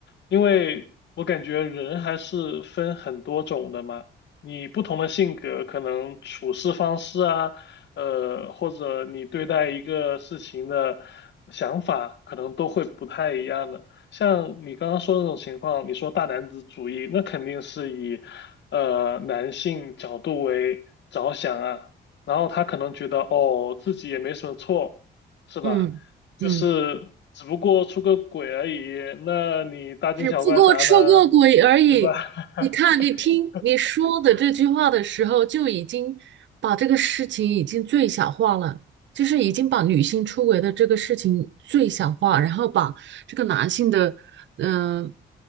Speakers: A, on the left; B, on the right.
A: 因为我感觉人还是分很多种的嘛，你不同的性格可能处事方式啊，呃，或者你对待一个事情的想法可能都会不太一样的。像你刚刚说的那种情况，你说大男子主义，那肯定是以。呃男性角度为着想啊，然后他可能觉得哦自己也没什么错，是吧？
B: 嗯嗯。
A: 就是只不过出个轨而已，那你大惊小怪啥呢？
B: 只不过出过轨而已。
A: 对吧？
B: 你看，
A: <laughs>
B: 你听你说的这句话的时候，就已经把这个事情已经最小化了，就是已经把女性出轨的这个事情最小化，然后把这个男性的，嗯、